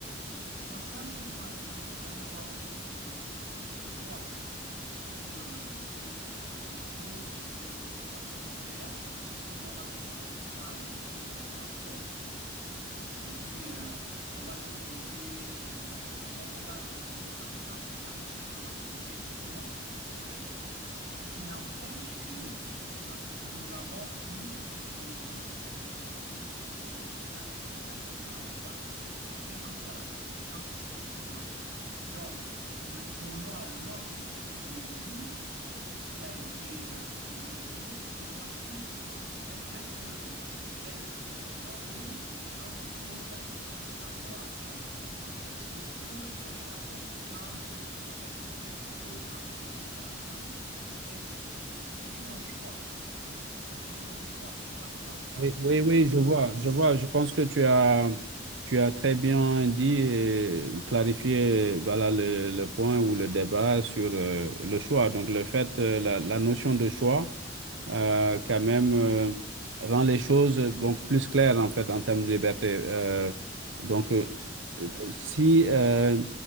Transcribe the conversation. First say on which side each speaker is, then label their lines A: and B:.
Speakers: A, on the right; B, on the right.
A: conscience joue un peu le même rôle que euh, euh, la loi, c'est-à-dire euh, que il y a des choses que l'on choisit de faire et puis l'on va se sentir mal de les avoir faites. Et puis, euh, on va se poser, euh, euh, on, on va regretter par exemple l'acte que l'on a posé, mais euh, euh, euh, euh, euh, il n'empêche que euh, nous avons eu jusqu'au bout la liberté de poser ces actes, cet acte-là ou pas quelle que soit la conséquence de cela. Donc, pour moi, l'homme, il est libre, il a été euh, créé libre, il demeure libre. C'est vrai qu'il euh, y a des situations où l'on se pose la question de savoir, bon, est-ce que euh, la conséquence peut restreindre, peut empêcher quelqu'un de faire quelque chose C'est toujours un choix. C'est toujours un choix. Tu vois un peu là où je veux en
B: Oui,
A: venir.
B: oui, oui, je vois, je vois. Je pense que tu as, tu as très bien dit et clarifié voilà, le, le point ou le débat sur euh, le choix. Donc le fait, euh, la, la notion de choix. euh, quand même euh, rend les choses euh, donc plus claires en fait en termes de liberté. Euh, donc euh, euh, si euh,